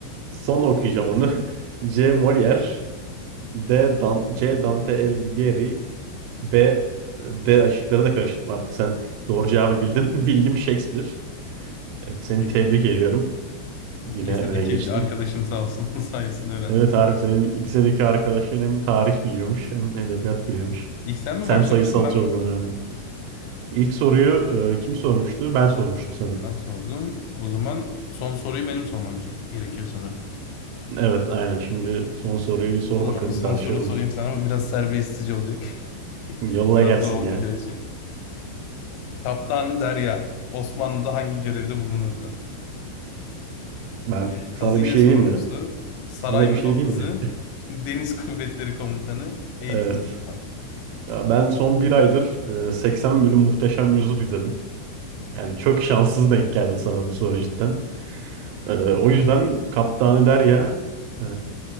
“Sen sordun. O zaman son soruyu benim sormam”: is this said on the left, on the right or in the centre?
Left